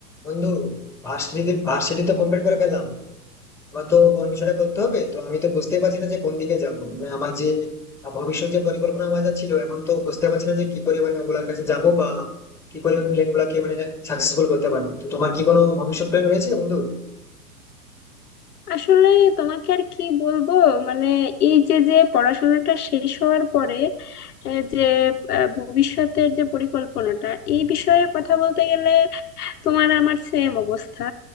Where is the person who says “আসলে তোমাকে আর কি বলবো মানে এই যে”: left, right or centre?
Left